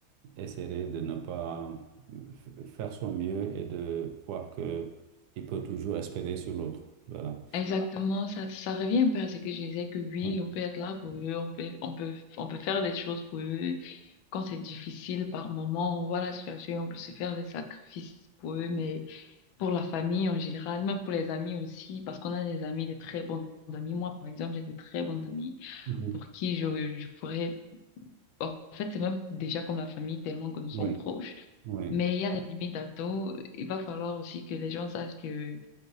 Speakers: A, on the right (about 65°); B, on the left (about 85°).
A: essaierait de ne pas f- faire son mieux et de croire que il peut toujours espérer sur l'autre? Voilà.
B: Exactement. Ça, ça revient un peu à ce que je disais que oui,
A: Ouais.
B: on peut être là pour eux, on peut, on peut, on peut faire des choses pour eux quand c'est difficile par moment. On voit la situation, on peut se faire des sacrifices pour eux, mais pour la famille en général, même pour les amis aussi, parce qu'on a des amis, des très bons amis. Moi, par exemple, j'ai des très bons amis
A: Mhm.
B: pour qui je, je pourrais En fait, c'est même déjà comme la famille, tellement que nous sommes
A: Oui,
B: proches.
A: oui,
B: Mais il y a des limites à tout. Il va falloir aussi que les gens sachent que